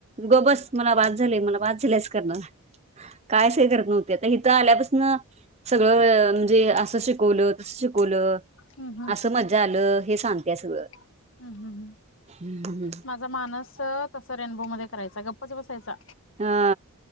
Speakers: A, on the right; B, on the left.
A: ग बस मला वाद झाली मला वाद झालीच करणार कायच हे करत नव्हती आता हथं आल्यापासून सगळं म्हणजे अस शिकवलं तसं शिकवलं
B: हम्म
A: असं मज्जा आलं हे सांगत्या सगळं
B: हम्म हम्म हम्
A: हम्म.
B: माझा मानस तसं रेनबो मध्ये करायचा गप्पच बसायचा
A: हा.